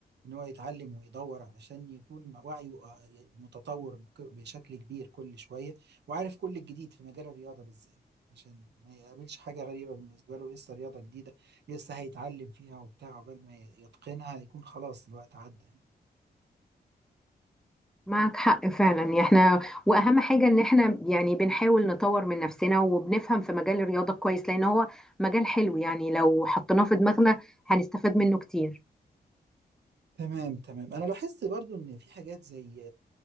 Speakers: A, on the right; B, in the centre.
A: ان هو يتعلم ويدور علشان يكون وعيه آه، متطور بك- بشكل كبير كل شوية وعارف كل الجديد في مجال الرياضة بالذات عشان ما يقابلش حاجة غريبة بالنسبة له لسه رياضة جديدة لسه هيتعلم فيها وبتاع عقبال ما يتقنها يكون خلاص الوقت عدى يعني.
B: معك حق فعلا احنا واهم حاجة ان احنا يعني بنحاول نطور من نفسنا وبنفهم في مجال الرياضة كويس لان هو مجال حلو يعني لو حطيناه في دماغنا هنستفاد منه كتير
A: تمام تمام انا لاحظت برضو ان في حاجات زي